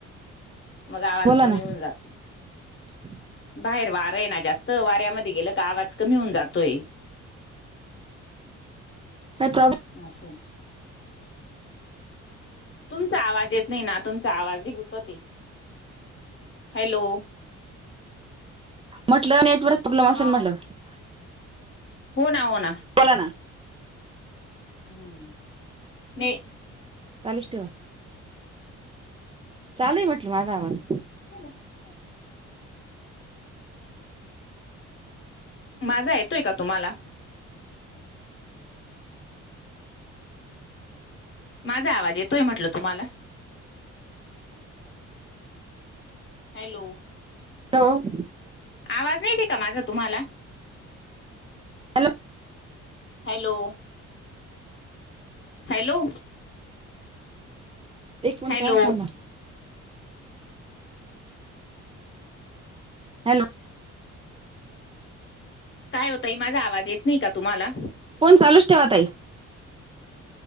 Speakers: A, on the left (about 40°); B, on the right (about 20°).
A: मग आवाज
B: बोला
A: कमी
B: ना
A: होऊन जातो
B: <inaudible>
A: बाहेर वारं आहे ना जास्त वाऱ्यामध्ये गेलं का आवाज कमी होऊन जातोय
B: प्रब
A: अस आहे. तुमचा आवाज येत नाही ना तुमचा आवाज लय गुंतत य हॅलो.
B: म्हटलं नेटवर्क प्रॉब्लेम असेल
A: हा
B: म्हटलं
A: हो ना हो ना.
B: बोला ना
A: हम्म नाही.
B: चालूच ठेवा चालुय म्हटलं माझा आवाज.
A: ठीक आहे <unintelligible> माझा येतोय का तुम्हाला? माझा आवाज येतोय म्हटल तुम्हाला हॅलो
B: हॅलो
A: आवाज नाहीती का माझा तुम्हाला
B: हॅलो
A: हॅलो हॅलो
B: एक मिनट
A: हॅलो
B: सांा हॅलो
A: काय हो ताई माझा आवाज येत नाही का तुम्हाला?
B: फोन चालूच ठेवा ताई